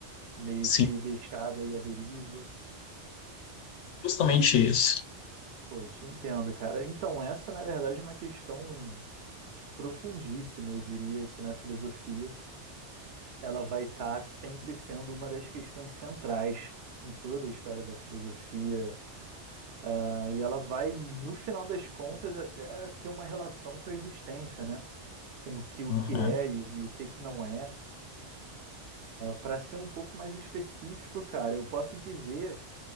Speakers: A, on the right; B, on the left.
A: Meio
B: Sim,
A: que deixado aí à deriva.
B: justamente isso.
A: Pô, eu te entendo, cara. Então, essa, na verdade, é uma questão profundíssima, eu diria, aqui na filosofia ela vai estar sempre sendo uma das questões centrais em toda a história da filosofia, ah, e ela vai, no final das contas, até ter uma relação com a existência, né? Com o que o
B: Aham,
A: que é e o, e o que que não é. para ser um pouco mais específico, cara, eu posso dizer